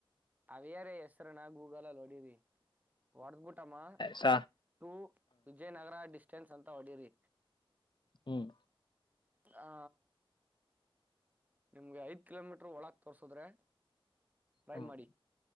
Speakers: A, on the right (about 15°); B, on the left (about 55°).
A: ಅವ್ಯಾರ ಹೆಸ್ರ ನಾ ಗೂಗಲಲ್ಲಿ ಹೋಡಿದಿ ಹೊಡದ್ಬಿಟ್ಟ ಮ್ಮ
B: ಸ
A: ಟೂ ವಿಜಯನಗರ ಡಿಸ್ಟೆನ್ಸ್ ಅಂತ ಹೊಡರಿ
B: ಹ್ಮ್
A: ಆ ನಿಮ್ಗೆ ಐದ್ ಕಿಲೋಮೀಟರ್ ಒಳಕ ತೋರ್ಸದ್ರೆ ಟ್ರೈ
B: ಹ್ಮ್
A: ಮಾಡಿ